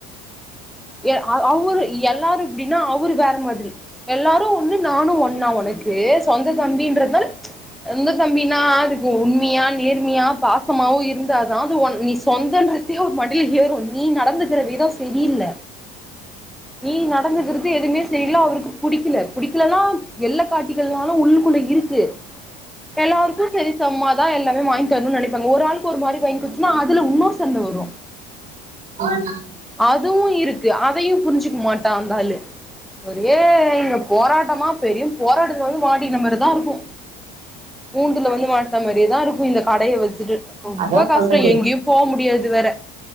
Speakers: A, in the centre; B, on the right.
A: எ ஆ அவுரு எல்லாரு இப்டினா அவுரு வேற மாதிரி எல்லாரு ஒன்னு நானு ஒன் நா ஒனக்கு சொந்த தம்பின்றதனால இந்த தம்பினா அதுக்கு உண்மியா நேர்மியா பாசமாவோ இருந்தாதா அது ஒன் நீ சொந்தன்றத்தியே ஒரு மண் டைல ஏறு நீ நடந்துகிற வித செரியில்ல
B: <inaudible>
A: நீ நடந்துகிறது எதுமே செரில அவுருக்கு புடிக்கில புடிக்கிலலாம் வெள்ள காட்டிகள்னாலு உள்ளுகுள்ள இருக் கு எல்லாருக்கு செரிச் சம்மாதா எல்லாமே வாய்ங்த் தர்னுன் நெனைப்பாங்க ஒரு ஆள்க்கு ஒரு மாரி வாய்ங் குத்துனா அதுல வுன்னோரு சண்ட வரு
B: ஆமாமா
A: அதுவு இருக்கு அதையு புரிஞ்சுக் மாட்டா அந்தாளு ஒரே இங்கப் போராட்டமா பெரியும் போராட்டத்துக்கு வந்து மாட்டிகிட்ட மாரிதாருக்கு கூண்டுல வந்து மாட்ன மாரியேதா இருக்கு இந்தக் கடைய வச்சுட்டு ரொம்ப
B: அதா
A: கஷ்ட
B: சொல்றதே
A: எங்கியும் போமுடியாது வேற